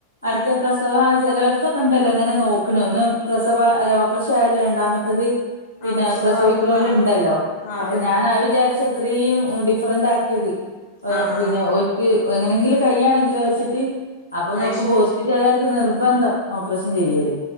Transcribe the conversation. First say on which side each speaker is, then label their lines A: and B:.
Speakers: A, on the left (about 90°); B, on the left (about 55°).
A: അടുത്ത
B: ഉം
A: പ്രസവ ചിലവര്ത്തൊക്കെ ഉണ്ടല്ലോ ഇങ്ങനെ നോക്കണ ഒന്ന് പ്രസവ ഓപ്പ്രഷനാണേലും രണ്ടാമത്തത്
B: ആഹ്
A: പിന്നെ
B: പ്രസവാവും
A: പ്രസവിക്ണോ
B: ആഹ്
A: ല് ണ്ടല്ലോ
B: ആഹ് അതെ
A: അപ്പൊ
B: അതെ
A: ഞാനാ
B: അതെ
A: വിചാരിച്ച ഇത്രേം ഡിഫറന്റ് ആക്കിയത്
B: ആഹ് ആഹ്
A: പിന്നെ ഓരിക്കു എങ്ങനെങ്കിലും കയ്യാണെങ്കിലോ വെച്ചി്ട്ട്
B: അയ്
A: നോക്കുമ്പോ
B: ശരി
A: ഹോസ്പിറ്റലുകാർക്ക് നിർബന്ധം ഓപ്പറേഷൻ ചെയ്യല്